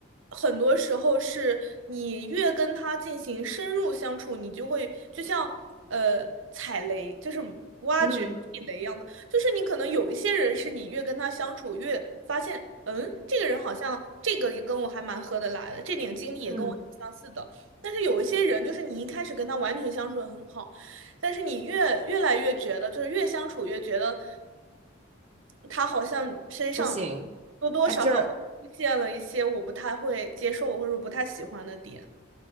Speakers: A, on the right (about 70°); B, on the right (about 30°).
A: 很多时候是你越跟他进行深入相处，你就会就像呃踩雷，就是挖掘地雷一样的，
B: 嗯
A: 就是你可能有一些人是你越跟他相处越发现，嗯，这个人好像这个也跟我还蛮合得来的，这点经历也跟我挺相似的。
B: 嗯，
A: 但是有一些人，就是你一开始跟他完全相处的很好，但是你越越来越觉得，就是越相处越觉得他好像身上。
B: 不行，
A: 多多少少会出现了一些我不太会接受或者不太喜欢的点。
B: 他这儿